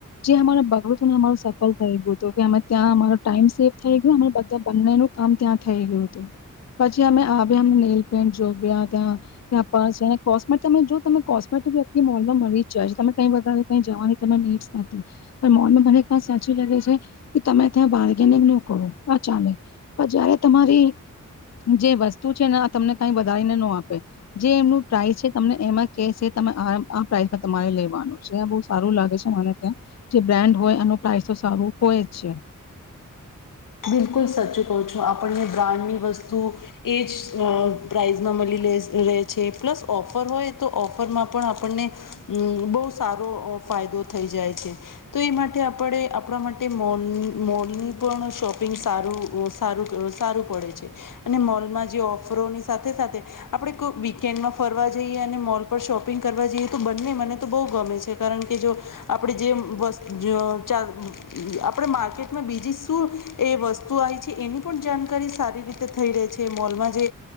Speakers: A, on the left; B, on the left.
A: જે અમારે બગડું હતુંને અમારું સફળ થઈ ગયું હતું કે અમે ત્યાં અમારો ટાઈમ સેવ થઈ ગયો અમા બધા બંને ન આમ ત્યાં થઈ ગયું હતું પછી અમે આવ્યા અમને નેલ પેન્ટ જોવ્યા ત્યાં ત્યાં પસને કોસ્મેટ ત જો તમે કોસ્મેટિકલી મોલમાં મળી જ જાય છે તમે કઈારે કઈ જવાની ત નીડ્સ નથી પણ મોલમાં મને સાચી લાગે છે કે તમે ત્યાં બાર્ગેનિંગ ન કરો હા ચાલે પણ જયારે તમારી જે વસ્તુ છે ને આ તમને કઈ વધારીને ન આપે જે એમનું પ્રાઇસ છે તમને એ કે આ આ પ્રઇસ પર તમારે લેવાનું છે બહ સારું લાગે છે ત્યાં જે બ્રાન્ડ હોય એનું પ્રાઇસ તો સારું હોય જ છે
B: બિલકુલ સચ કહું છું આપણને બ્રાન્ડની વસ્તુ એ જ પ્રાઇઝમાં મળીે રહેે છે પ્લસ ઓફર હોય તો ઓફરમાં પણ આપણને બહુ સારો ફાયદો થઈ જાય છે તો એ માટે આપણે આપણા માટે મોલ મોલની પણ શોપિંગ સારું સારું સારું પડે છે અને મોલમાં જે ઓફરોની સાથે સાથે આપણે કોઈ વીકેન્ડમાં ફરવા જઈએ અને મોલ પર શોપિંગ કરવા જઈએ તો બંને મને તો બહુ ગમે છે કારણ કે જો આપણે જે વસ્તુ આપણે માર્કેટમાં બીજી શું એ વસ્તુ આવી છે એની પણ જાણકારી સારી રીતે થઈ રહે છે મોલમાં જે